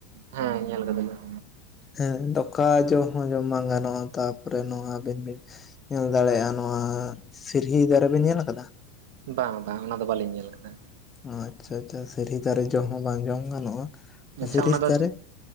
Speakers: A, on the right; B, on the left.
A: ᱦᱮᱸ ᱧᱮᱞ ᱟᱠᱟᱫᱟ ᱞᱤᱧ᱾
B: ᱦᱮᱸ ᱰᱚᱠᱟ ᱡᱚ ᱦᱚᱸ ᱡᱚᱢ ᱵᱟᱝ ᱜᱟᱱᱚᱜᱼᱟ ᱛᱟᱯᱚᱨᱮ ᱱᱚᱣᱟ ᱟᱹᱵᱤᱱ ᱵᱤᱱ ᱧᱮᱞ ᱫᱟᱲᱮᱭᱟᱜᱼᱟ ᱱᱚᱣᱟ ᱥᱤᱨᱦᱤ ᱫᱟᱨᱮ ᱵᱤᱱ ᱧᱮᱞ ᱟᱠᱟᱫᱟ?
A: ᱵᱟᱝᱼᱟ ᱵᱟᱝᱼᱟ ᱚᱱᱟ ᱫᱚ ᱵᱟᱹᱞᱤᱧ ᱧᱮᱞ ᱟᱠᱟᱫᱟ,
B: ᱚ ᱟᱪᱪᱷᱟ ᱟᱪᱪᱷᱟ ᱥᱤᱨᱦᱤ ᱫᱟᱨᱮ ᱡᱚᱢ ᱦᱚᱸ ᱵᱟᱝ ᱡᱚᱢ ᱜᱟᱱᱚᱜᱼᱟ᱾
A: ᱟᱪᱪᱷᱟ
B: ᱥᱤᱨᱤᱥ
A: ᱚᱱᱟ ᱫᱚ
B: ᱫᱟᱨᱮ
A: ᱪᱮᱜ